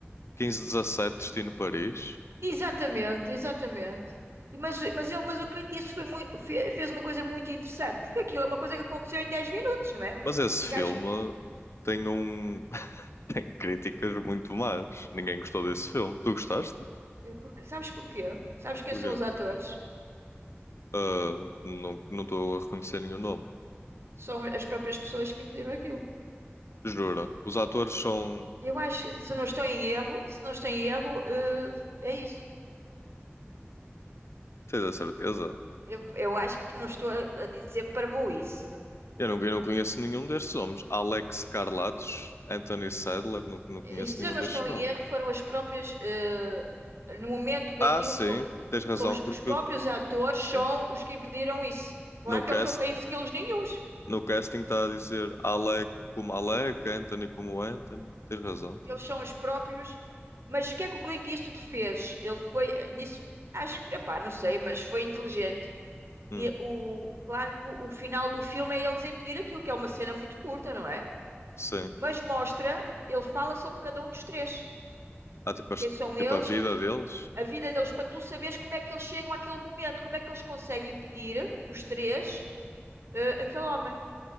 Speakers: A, on the left; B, on the right.
A: 1517 Destino Paris.
B: Exatamente, exatamente. E Mas, mas, ele, mas o Clint Eastwood foi mui- fe- fez uma coisa muito interessante, porque aquilo é uma coisa que aconteceu em 10 minutos, não é?
A: Mas esse
B: Os
A: filme
B: gajos,
A: tem um <laughs> tem críticas muito más. Ninguém gostou desse filme. Tu gostaste?
B: é porque, sabes porquê? Sabes quem
A: Porquê?
B: são os atores?
A: Ah, não não estou a reconhecer nenhum nome.
B: São as próprias pessoas que impediram aquilo.
A: Jura? Os atores são.
B: Eu acho, que, se não estou em erro, se não estou em erro, eh, é isso.
A: Tens a certeza?
B: Eu, eu acho que não estou a, a dizer para isso.
A: Eu não, eu não conheço nenhum destes nomes. Alex Carlatos, Anthony Sadler, não, não conheço
B: E se
A: nenhum
B: eu não
A: destes
B: estou
A: nomes.
B: em erro, foram as próprias, eh, no momento daquilo,
A: Ah, sim,
B: so-
A: tens razão,
B: são os,
A: porque
B: os próprios atores
A: sim.
B: são os que impediram isso. Claro
A: No
B: que
A: cast,
B: eles não têm skills nenhuns.
A: no casting está a dizer Alec como Alec, Anthony como Anthony. Tens razão, tens.
B: Eles são os próprios. Mas o que é que o Clint Eastwood fez? Ele foi, eh, nisso, acho, epá, não sei, mas foi inteligente.
A: Hum,
B: E o, claro que o, o final do filme é eles impedir aquilo, que é uma cena muito curta, não é?
A: sim.
B: Mas mostra, ele fala sobre cada um dos três.
A: Há tipo, as-
B: Quem são
A: tipo
B: eles
A: a vida
B: e que
A: deles.
B: a vida deles para tu saberes como é que eles chegam àquele momento, como é que eles conseguem impedir, os três, eh, aquele homem.